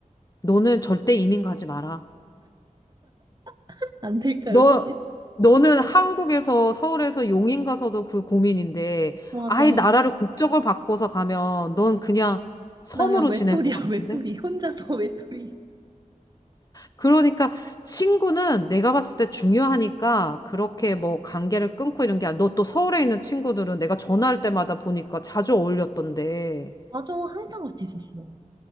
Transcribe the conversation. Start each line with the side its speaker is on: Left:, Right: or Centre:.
Left: 너는 절대 이민 가지 마라.
Right: <laughs> 안 될까,
Left: 너,
Right: 역시?
Left: 너는 한국에서, 서울에서 용인 가서도 그 고민인데,
Right: 맞아.
Left: 아예 나라를 국적을 바꿔서 가면 넌 그냥 섬으로
Right: 나야 외톨이야,
Left: 지낼 것 같은데?
Right: <laughs> 외톨이. 혼자서 외톨이.
Left: 그러니까 친구는 내가 봤을 때 중요하니까 그렇게
Right: 응.
Left: 뭐 관계를 끊고 이런 게, 너 또 서울에 있는 친구들은 내가 전화할 때마다 보니까 자주 어울렸던데.
Right: 맞아. 항상 같이 있었어.